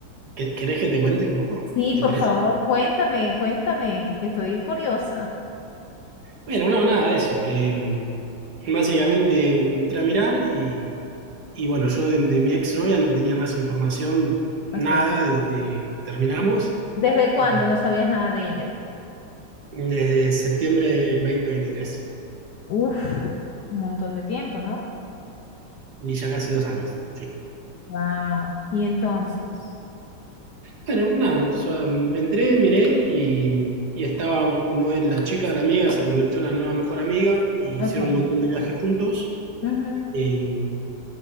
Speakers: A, on the right; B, on the left.
A: ¿Que- ¿Querés que te cuente un poco?
B: sí,
A: ¿Te
B: por
A: interesa?
B: favor, cuéntame, cuéntame, que estoy curiosa.
A: Bueno, no, nada de eso, que mm, básicamente mm, entré a mirar y, y bueno, yo de, de mi exnovia no tenía más información,
B: Ok.
A: nada desde que terminamos,
B: ¿Desde cuándo
A: y
B: no sabías nada de ella?
A: desde septiembre del dos mil veintitrés
B: Uf, un montón de tiempo, ¿no?
A: y ya casi dos años. sí.
B: Wow. Y entonces,
A: Bueno, nada, yo, mm, entré, miré y, y estaba como la chica de la amiga se convirtió en la nueva mejor amiga y
B: ok.
A: hicieron un montón de viajes juntos.
B: ujú.
A: Eh,